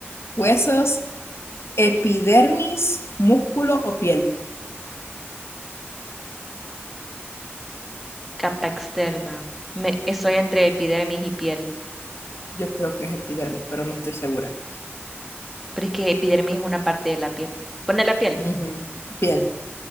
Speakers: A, on the left (about 75°); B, in the centre.
A: huesos, epidermis, músculo o piel.
B: Capa externa. Me, estoy entre epidermis y piel.
A: Yo creo que es epidermis, pero no estoy segura.
B: Pero es que epidermis es una parte de la piel. Pone la piel.
A: Ujú. Piel.